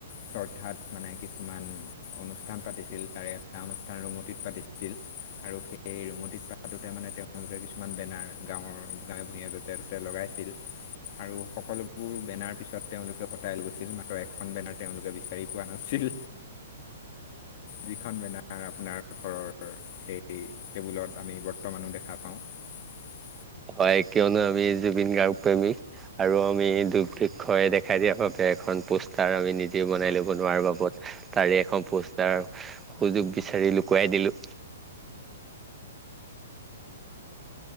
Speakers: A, on the left; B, on the right.
A: শ্ৰদ্ধাত মানে কিছুমান অনুষ্ঠান পাতিছিল তাৰে এটা অনুষ্ঠান ৰঙতিত পাতিছিল আৰু সেই সেই ৰঙতিত পাহাটোতে মানে তেওঁলোকে কিছুমান বেনাৰ গাঁৱৰ গাঁৱে ভূঞা যতে ত'তে লগাইছিল আৰু সকলোবোৰ বেনাৰ পিছত তেওঁলোকে সচাই গৈছিল মাত্ৰ এখন বেনাৰ তেওঁলোকে বিচাৰি পোৱা নাছিল যিখন বেনাৰ আপোনাৰ ঘৰৰ সেই টেবুলত আমি বৰ্তমানো দেখা পাওঁ <unintelligible>
B: হয় কিয়নো আমি জুবিন গাৰ্গ প্ৰেমিক আৰু আমি দুৰ্ভৃক্ষই দেখাই দিয়া বাবে এখন পোষ্টাৰ আমি নিজে বনাই লব নোৱাৰা বাবে তাৰে এখন পষ্টাৰ সুযোগ বিচাৰি লুকুৱাই দিলো